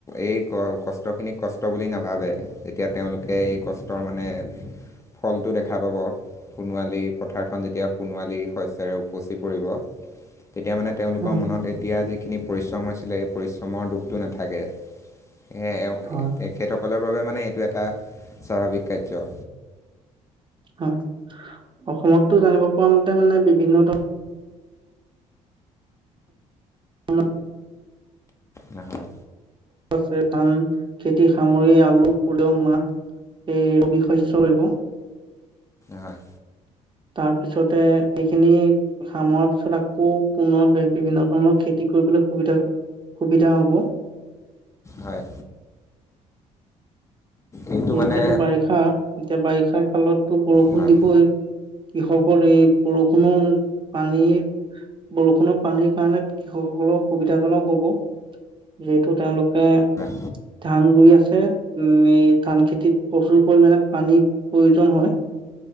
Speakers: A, on the left (about 15°); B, on the right (about 30°).
A: এই ক কষ্ট খিনিক কষ্ট বুলি নাভাবে। যেতিয়া তেওঁলোকে এই কষ্টৰ মানে ফলটো দেখা পাব সোণোৱালী পথাৰখন যেতিয়া সোণোৱালী শস্যৰে উপচি পৰিব তেতিয়া মানে তেওঁলোকৰ
B: হয়
A: মনত এতিয়া যিখিনি পৰিশ্ৰম হৈছিলে এই পৰিশ্ৰমৰ দুখটো নাথাকে। সেয়
B: হয়
A: তেখেতসকলৰ বাবে মানে এইটো এটা স্বাভাৱিক কাৰ্য।
B: হয়, অসমতটো জানিব পৰা মতে মানে বিভিন্ন ধৰণৰ অলপ
A: নহয়,
B: ছে ধান খেতি সামৰি আলু সৰিয়হ মাহ এ ৰবি শস্য় কৰিব।
A: হয়
B: তাৰ পিছতে সেইখিনি সামাৰ পিছত আকৌ পুনৰ বিভিন্ন ধৰণৰ খেতি কি কৰিবলৈ সুবিধা - সুবিধা হ'ব।
A: হয়। এইটো
B: এতিয়াতো
A: মানে
B: বাৰিষা, এতিয়া বাৰিষাৰ কা'লতো বৰষুণ
A: হয়
B: দিবই। কৃষকৰ এই বৰষুণৰ পানী বৰষুণৰ পানীৰ কাৰণে কৃষকসকলৰ সুবিধাজনক হ'ব। যিহেতু তেওঁলোকে
A: হয়
B: ধান ৰুই আছে। মেইত ধান খেতিত প্ৰচুৰ পৰিমানে পানীৰ প্ৰয়োজন হয়।